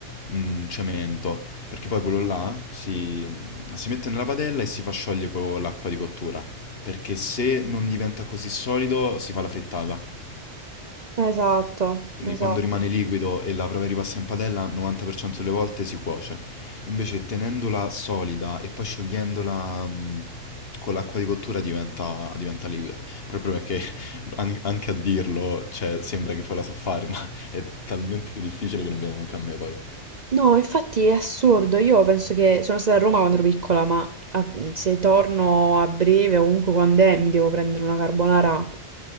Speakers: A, on the left; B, on the right.
A: un cemento, perché poi quello là si, si mette nella padella e si fa sciogliere con l'acqua di cottura, perché se non diventa così solido si fa la frittata.
B: Esatto,
A: Quindi
B: esatto.
A: quando rimane liquido e la prova ripassa in padella, 90% delle volte si cuoce. Invece tenendola solida e poi sciogliendola mh, con l'acqua di cottura diventa, diventa liquida. Proprio perché <laughs> an- anche a dirlo, cioè, sembra che poi la so fare, ma <laughs> è talmente difficile che non viene manca a me poi.
B: No, infatti è assurdo, io penso che sono stata a Roma quando ero piccola, ma ah, mm, se torno a breve o comunque quando è, mi devo prendere una carbonara